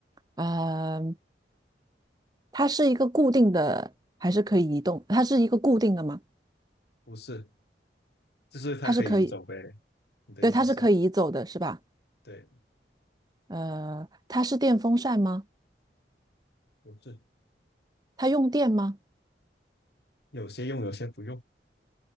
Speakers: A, on the right (about 20°); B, on the left (about 70°).
A: 呃，它是一个固定的，还是可以移动？它是一个固定的吗？
B: 不是？就是它可以移走呗。
A: 它是可以。
B: 你的意思是？
A: 对，它是可以移走的，是吧？
B: 对，
A: 呃，它是电风扇吗？
B: 不是。
A: 它用电吗？
B: 有些用，有些不用。